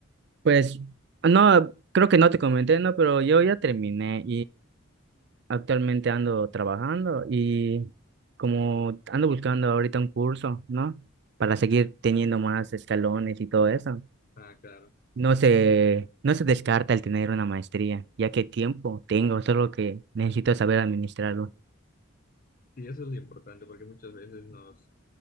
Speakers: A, on the right; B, on the left.
A: Pues, no, creo que no te comenté, ¿no? Pero yo ya terminé Actualmente ando trabajando y como ando buscando ahorita un curso, ¿no? Para seguir teniendo más escalones y todo eso.
B: Ah, claro.
A: No se, no se descarta el tener una maestría, ya que tiempo tengo, solo que necesito saber administrarlo.
B: Sí, eso es lo importante, porque muchas veces nos